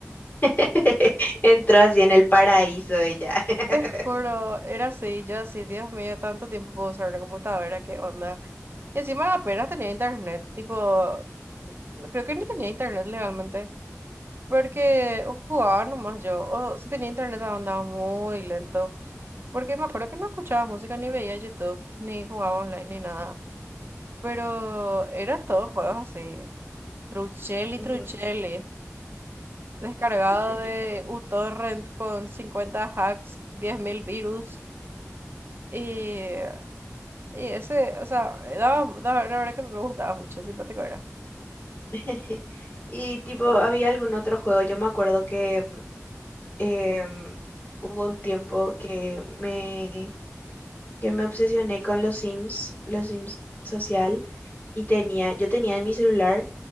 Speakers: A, on the left; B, on the right.
A: <laughs> Entró así en el paraíso ella. <laughs>
B: Te juro, era así, yo así, Dios mío, tanto tiempo puedo usar una computadora, qué onda. Y encima apenas tenía internet, tipo, creo que ni tenía internet legalmente. Porque jugaba nomás yo, o si tenía internet andaba muy lento, porque me acuerdo que no escuchaba música, ni veía YouTube, ni jugaba online, ni nada, pero eran todos juegos así, Truchelli,
A: Ujú.
B: Truchelli, descargado
A: <laughs>
B: de uTorrent con 50 hacks, 10.000 virus, y, y ese, o sea, daba, daba- la verdad que me gustaba mucho, simpático era.
A: <laughs> Y tipo, había algún otro juego. Yo me acuerdo que em, hubo un tiempo que me, que me obsesioné con los Sims, los Sims social, y tenía, yo tenía en mi celular.